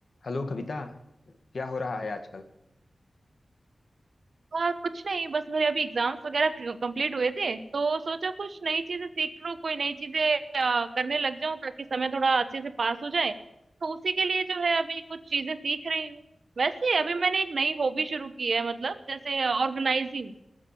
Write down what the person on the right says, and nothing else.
और कुछ नहीं बस मेरे अभी एग्जाम्स वगैरह कंप्लीट हुए थे तो सोचा कुछ नई चीजें सीख लूं कोई नई चीजें आ, करने लग जाऊं ताकि समय थोड़ा अच्छे से पास हो जाए तो उसी के लिए जो है अभी कुछ चीजें सीख रही हूँ वैसे अभी मैंने एक नई हॉबी शुरू की है मतलब जैसे ऑर्गेनाइजिंग